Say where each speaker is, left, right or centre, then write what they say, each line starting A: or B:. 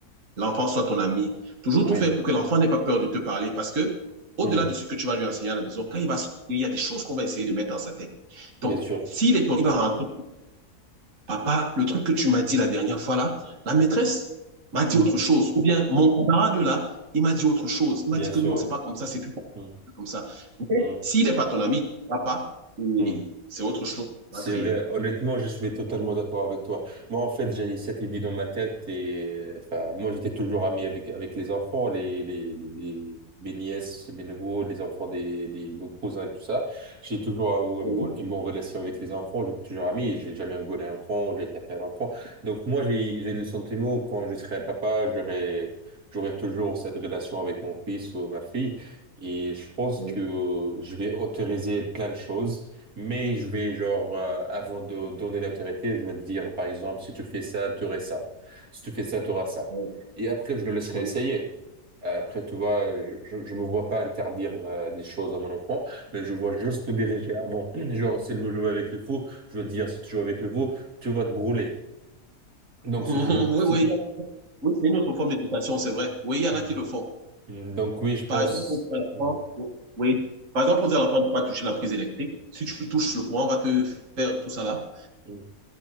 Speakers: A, on the right (about 55°); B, on the right (about 75°).
A: l'enfant soit ton ami. Toujours
B: oui,
A: tout faire pour que l'enfant n'ait pas peur de te parler parce que, au-delà
B: mhm,
A: de ce que tu vas lui enseigner à la maison, quand il va sortir, il y a des choses qu'on va essayer de mettre dans sa tête. Donc,
B: bien sûr.
A: s'il est ton il va rentrer papa, le truc que tu m'as dit la dernière fois là, la maîtresse m'a dit
B: Mhm,
A: autre chose. Ou bien mon camarade là, il m'a dit autre chose. Il
B: Bien
A: m'a dit que
B: sûr.
A: non, c'est pas comme ça, c'est plus
B: Mhm,
A: comme ça. Mais
B: mhm,
A: s'il n'est pas ton ami, papa,
B: mhm.
A: c'est autre chose qu'on
B: C'est
A: va créer.
B: vrai, honnêtement, je suis totalement d'accord avec toi. Moi, en fait, j'ai cette idée dans ma tête et, enfin, moi, j'étais toujours ami avec, avec les enfants, les, les, les, les- mes nièces, mes neveux, les enfants des, des, nos cousins et tout ça. J'ai toujours eu
A: Oui,
B: une bonne, une bonne relation avec les enfants, j'ai toujours ami, j'ai jamais engueulé un enfant, j'ai tapé un enfant. Donc, moi, j'ai, j'ai le sentiment quand je serai un papa, j'aurai, j'aurai toujours cette relation avec mon fils ou ma fille. Et je pense
A: oui,
B: que je vais autoriser plein de choses mais je vais, genre, euh, avant de donner l'autorité, je vais te dire, par exemple, si tu fais ça, tu aurais ça. Si tu fais ça, tu auras ça.
A: oui,
B: Et après, je le laisserai
A: oui,
B: essayer. Euh, Après, tu vois, je, je, je me vois pas interdire euh, des choses à mon enfant, mais je vois juste le diriger avant. <clears throat> Genre, s'il veut jouer avec le fou, je veux dire, si tu joues avec le fou, tu vas te brûler. Donc,
A: oui,
B: ce jeu-
A: oui,
B: c'est-
A: oui. Oui, c'est une autre forme d'éducation, c'est vrai. Oui, il y en
B: Mm.
A: a qui le font.
B: Mm. donc oui, je
A: Par
B: pense.
A: exemple, on dit à l'enfant,
B: Mm.
A: oui. Par exemple, on dit à l'enfant de ne pas toucher la prise électrique. Si tu touches le courant, on va te faire tout ça là.
B: Mm.